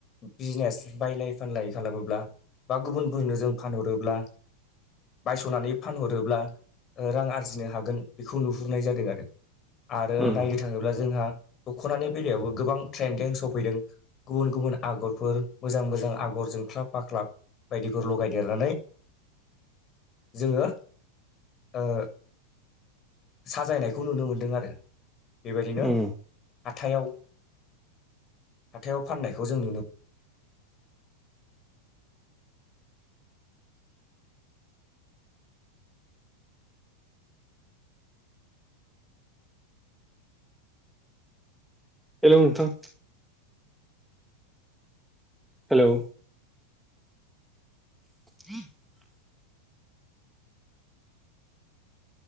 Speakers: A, on the left; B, in the centre.
A: बिजनेस बायलाय फानलाय खालामोब्ला बा गुबुनफोरनो जों फानहरोब्ला बायस'नानै फानहरोब्ला ओ रां आरजिनो हागोन बेखौ नुहुरनाय जादों आरो। आरो
B: उम
A: नायनो थाङोब्ला जोंहा दख'नानि बेलायावबो गोबां ट्रेन्डिं सफैदों गुबुन गुबुन आगरफोर मोजां मोजां आगर जोंख्लाब फाख्लाब बायदिफोर लगायदेरनानै जोङो ओ साजायनायखौ नुनो मोनदों आरो बेबायदिनो
B: उम
A: हाथाव हाथायाव फाननायखौ जों नुनो
B: हेलौ नोंथां। हेलौ <inaudible>